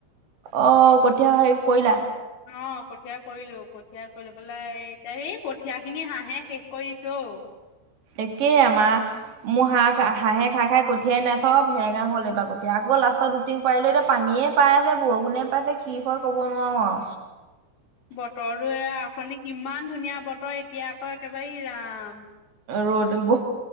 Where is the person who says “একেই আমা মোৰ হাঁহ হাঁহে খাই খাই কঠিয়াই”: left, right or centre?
Right